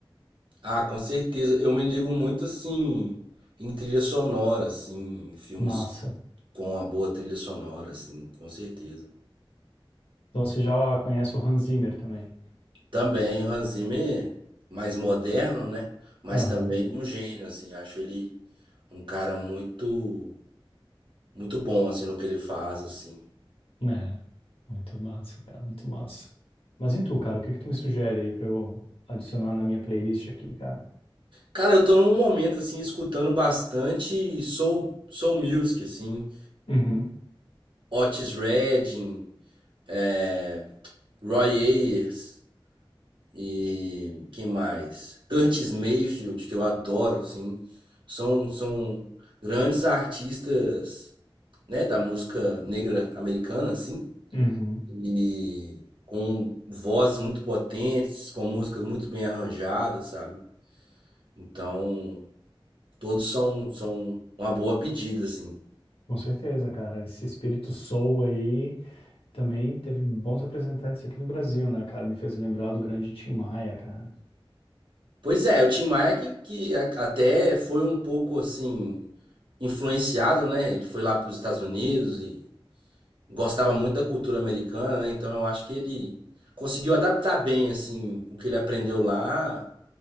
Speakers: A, on the right; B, on the left.
A: Ah, com certeza. Eu me ligo muito assim em trilha sonora, assim, em filmes
B: Massa.
A: Com uma boa trilha sonora, assim, com certeza.
B: Então, você já conhece o Hans Zimmer também?
A: Também o Hans Zimmer, mais moderno, né? Mas
B: Aham.
A: também um gênio, assim. Acho ele um cara muito, muito bom, assim, no que ele faz, assim.
B: né? Muito massa, cara, muito massa. Mas e tu, cara? O que que tu me sugere aí pra eu adicionar na minha playlist aqui, cara?
A: Cara, eu tô num momento, assim, escutando bastante soul, soul music, assim.
B: Uhum.
A: Otis Redding, é, Roy Ayers e quem mais? Curtis Mayfield, que eu adoro, assim. São, são grandes artistas né, da música negra americana, assim,
B: Uhum.
A: e com vozes muito potentes, com músicas muito bem arranjadas, sabe? Então, todos são, são uma boa pedida, assim.
B: Com certeza, cara. Esse espírito soul aí também teve bons representantes aqui no Brasil, né, cara? Me fez lembrar do grande Tim Maia, cara.
A: Pois é, o Tim Maia que, que a- até foi um pouco, assim, influenciado, né? Ele foi lá para os Estados Unidos e gostava muito da cultura americana, né? Então, eu acho que ele conseguiu adaptar bem, assim, o que ele aprendeu lá